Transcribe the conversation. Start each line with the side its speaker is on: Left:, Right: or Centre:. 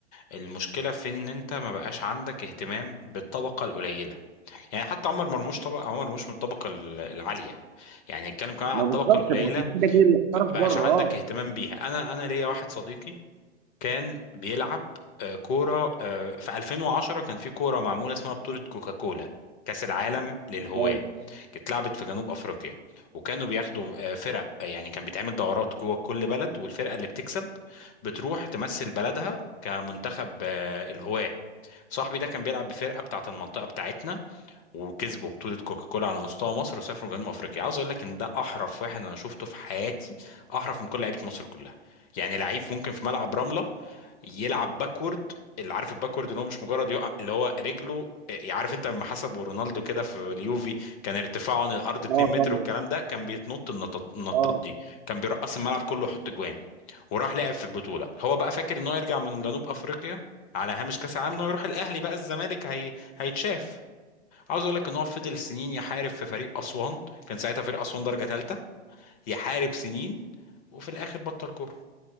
Left: المشكلة في ان انت ما بقاش عندك اهتمام بالطبقة القليلة يعني حتى عمر مرموش طبق عمر مرموش من الطبقة ال- العالية يعني نتكلم كمان على
Right: ما
Left: الطبقة
Right: بالظبط
Left: القليلة
Right: ما عشان كده جيل احترف
Left: ما بقاش
Right: بره
Left: عندك
Right: اه
Left: اهتمام بيها انا انا ليا واحد صديقي كان بيلعب آه، كورة آه، في 2010 كان في كورة معمولة اسمها بطولة كوكاكولا كأس العالم للهواة
Right: اه
Left: كانت لعبت في جنوب أفريقيا وكانوا بياخدوا آه، فرق آه، يعني كان بيتعمل دورات جوه كل بلد والفرقة اللي بتكسب بتروح تمثل بلدها كمنتخب آه، الهواة صاحبي ده كان بيلعب بفرقة بتاعة المنطقة بتاعتنا وكسبوا بطولة كوكاكولا على مستوى مصر وسافروا جنوب أفريقيا عاوز أقول لك إن ده أحرف واحد أنا شفته في حياتي أحرف من كل لعيبة مصر كلها يعني لعيب ممكن في ملعب رملة يلعب باكورد اللي عارف الباكورد ان هو مش مجرد يقع اللي هو رجله إيه، عارف انت لما حسبوا رونالدو كده في اليوفي كان ارتفاعه عن الارض 2
Right: آه طبعا
Left: متر والكلام ده كان بيتنط النطط النطاط
Right: اه
Left: دي كان بيرقص الملعب كله ويحط جوان وراح لعب في البطوله هو بقى فاكر ان هو يرجع من جنوب افريقيا على هامش كاس العالم ان هو يروح الاهلي بقى الزمالك هي... هيتشاف عاوز اقول لك ان هو فضل سنين يحارب في فريق اسوان كان ساعتها فريق اسوان درجه ثالثه يحارب سنين وفي الاخر بطل كوره